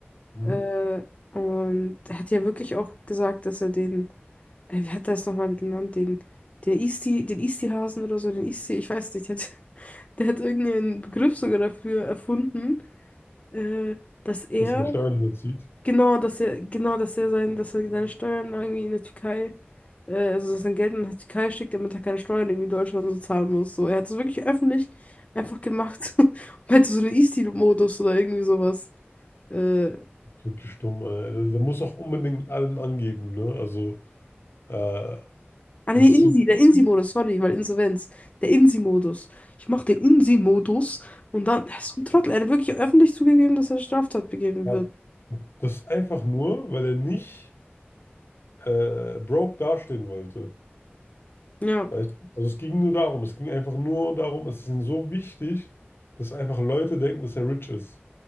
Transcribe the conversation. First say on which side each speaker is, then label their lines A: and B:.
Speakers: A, on the left; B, on the left.
A: mhm.
B: Äh, und er hat ja wirklich auch gesagt, dass er den, äh, wie hat er es nochmal genannt, den, den Isti, den Isti-Hasen oder so, den Isti, ich weiß nicht, der hat, <laughs> der hat irgendeinen Begriff sogar dafür erfunden, äh, dass er,
A: dass der Steuern überzieht.
B: genau, dass er, genau, dass er sein, dass er seine Steuern irgendwie in der Türkei, äh, also dass sein Geld in die Türkei schickt, damit er keine Steuern irgendwie in Deutschland so zahlen muss. So, er hat es wirklich öffentlich einfach gemacht <laughs> und meinte so einen Isti-Modus oder irgendwie sowas. Äh,
A: Wirklich dumm, ey. Der, der muss auch unbedingt mit allem angeben, ne? Also, äh,
B: Ah,
A: das
B: nee, Insi,
A: ist so,
B: der Insi-Modus, sorry, weil Insolvenz. Der Insi-Modus. Ich mach den Insi-Modus und dann, er ist so ein Trottel, er hat wirklich öffentlich zugegeben, dass er eine Straftat begehen
A: ja,
B: wird.
A: das ist einfach nur, weil er nicht äh, broke dastehen wollte.
B: Ja,
A: Weißt, du? also es ging nur darum, es ging einfach nur darum, es ist ihm so wichtig, dass einfach Leute denken, dass er rich ist.